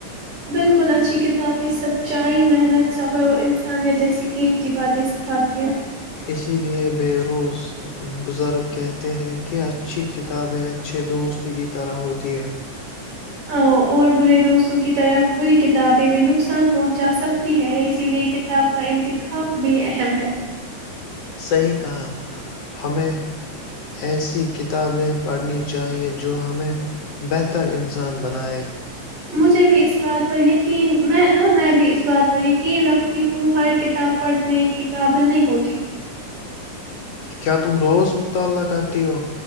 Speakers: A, on the right; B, on the left.
A: بالکل اچھی کتابیں سچائی محنت صبر اور انسانیت جیسی قیمتی باتیں سکھاتی ہیں
B: اسی لیے بےیروس بزرگ کہتے ہیں کہ اچھی کتابیں اچھے دوست کی طرح ہوتی ہیں
A: ا اور برے دوستوں کی طرف بری کتابیں بھی نقصان پہنچا سکتی ہے اسی لیے کتاب کا انتخاب بھی اہم ہے
B: صحیح کہا ہمیں ایسی کتابیں پڑھنی چاہیے جو ہمیں بہتر انسان بنائے
A: مجھے بھی اس بات پر یقین میں نا میں بھی اس بات پر یقین رکھتی ہوں ہر کتاب پڑھنے کی قابل نہیں ہوتی
B: کیا تم روز مطالعہ کرتی ہو